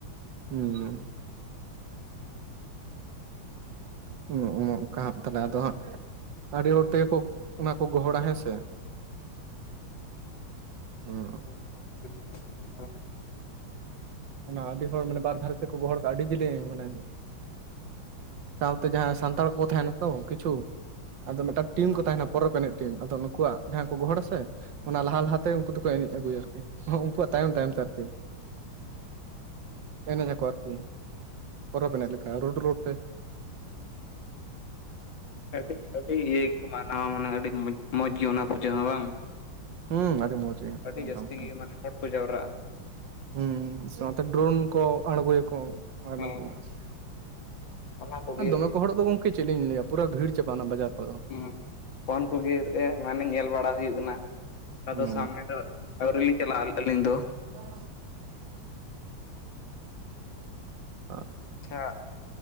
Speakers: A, on the right; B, on the left.
A: ᱦᱩᱸ ᱚᱸᱜ-ᱚᱸᱜ ᱚᱱᱠᱟ ᱦᱟᱸᱜ ᱛᱟᱦᱚᱞᱮ ᱟᱫᱚ ᱦᱟᱸᱜ ᱟᱹᱰᱤ ᱦᱚᱲ ᱛᱮᱠᱚ ᱚᱱᱟ ᱠᱚ ᱜᱚᱦᱚᱲᱟ ᱦᱮᱸ ᱥᱮ ᱧᱚ
B: ᱯᱳᱱ ᱦᱚᱲ ᱥᱮ ᱛᱤᱱᱟᱹᱜ ᱠᱷᱚᱱ <inaudible>
A: ᱚᱱᱟ ᱟᱹᱰᱤ ᱦᱚᱲ ᱢᱟᱱᱮ ᱵᱟᱨ ᱫᱷᱟᱨᱮ ᱛᱮᱠᱚ ᱜᱚᱦᱚᱲᱫᱟ ᱟᱹᱰᱤ ᱡᱤᱞᱤᱧ ᱢᱟᱱᱮ ᱥᱟᱶᱛᱮ ᱡᱟᱦᱟᱸ ᱥᱟᱱᱛᱟᱲ ᱠᱚᱠᱚ ᱛᱟᱦᱮᱱᱟ ᱛᱚ ᱠᱤᱪᱷᱩ ᱟᱫᱚ ᱢᱤᱫᱴᱟᱝ
B: ᱦᱩᱸ
A: ᱴᱤᱢ ᱠᱚ ᱛᱟᱦᱮᱱᱟ ᱯᱚᱨᱚᱵᱽ ᱮᱱᱮᱡ ᱴᱤᱢ ᱟᱫᱚ ᱱᱩᱠᱩᱣᱟᱜ ᱡᱟᱦᱟᱸ ᱠᱚ ᱜᱚᱦᱚᱲᱟ ᱥᱮ ᱚᱱᱟ ᱞᱟᱦᱟ ᱞᱟᱦᱟᱛᱮ ᱩᱱᱠᱩ ᱫᱚᱠᱚ ᱮᱱᱮᱡ ᱟᱜᱩᱭᱟ ᱟᱨᱠᱤ ᱦᱚᱸ ᱩᱱᱠᱩᱣᱟᱜ ᱛᱟᱭᱚᱢ ᱛᱟᱭᱚᱢ ᱛᱮ ᱟᱨᱠᱤ ᱮᱱᱮᱡ ᱟᱠᱚ ᱟᱨᱠᱤ ᱯᱚᱨᱚᱵ ᱮᱱᱮᱡ ᱞᱮᱠᱟ ᱨᱳᱰ ᱨᱳᱰ ᱛᱮ
B: ᱟᱹᱰᱤ ᱟᱹᱰᱤ ᱤᱭᱟᱹ ᱜᱮᱠᱚ ᱢᱟᱱᱟᱣᱟ ᱢᱟᱱᱮ ᱟᱹᱰᱤ ᱢᱚᱸᱡᱽ ᱜᱮ ᱚᱱᱟ ᱯᱩᱡᱟᱹ ᱦᱚᱸ ᱵᱟᱝ᱾
A: ᱦᱩᱸ ᱟᱰᱤ ᱢᱚᱡᱽ ᱜᱮᱭᱟ
B: ᱟᱹᱰᱤ
A: ᱢᱚᱴᱟᱢᱩᱴᱤ᱾
B: ᱡᱟᱹᱥᱛᱤ ᱜᱮ ᱢᱟᱱᱮ ᱦᱚᱲ ᱠᱚ ᱡᱟᱣᱨᱟᱜᱼᱟ
A: ᱦᱩᱸ ᱥᱟᱶᱛᱮ ᱰᱨᱳᱱ ᱠᱚ ᱟᱸᱬᱜᱳ ᱭᱟᱠᱚ᱾ ᱟᱭ
B: ᱦᱮᱸ
A: ᱞᱮᱠᱟ ᱢᱮᱱᱟᱜᱼᱟ
B: ᱚᱱᱟ ᱠᱚᱜᱮ
A: ᱫᱚᱢᱮ
B: ᱦᱮᱸ
A: ᱠᱚ ᱦᱚᱲᱚᱜ ᱫᱚ ᱜᱚᱝᱠᱮ᱾ ᱪᱮᱫ ᱞᱤᱧ ᱞᱟᱹᱭᱟ ᱯᱩᱨᱟᱹ ᱵᱷᱤᱲ ᱪᱟᱵᱟᱜ ᱚᱱᱟ ᱵᱟᱡᱟᱨ ᱠᱚᱫᱚ
B: ᱦᱩᱸ ᱦᱩᱸ ᱯᱷᱳᱱ ᱠᱚᱜᱮ ᱢᱟᱱᱮ ᱧᱮᱞ ᱵᱟᱲᱟ ᱦᱩᱭᱩᱜ ᱠᱟᱱᱟ ᱚᱠᱟ
A: ᱦᱩᱸ
B: ᱫᱚ ᱥᱟᱢᱱᱮ ᱫᱚ ᱟᱹᱣᱨᱤ ᱞᱤᱧ ᱪᱟᱞᱟᱜᱼᱟ ᱟᱹᱞᱤᱧ ᱫᱚ
A: <unintelligible> ᱚ
B: ᱪᱷᱟᱜ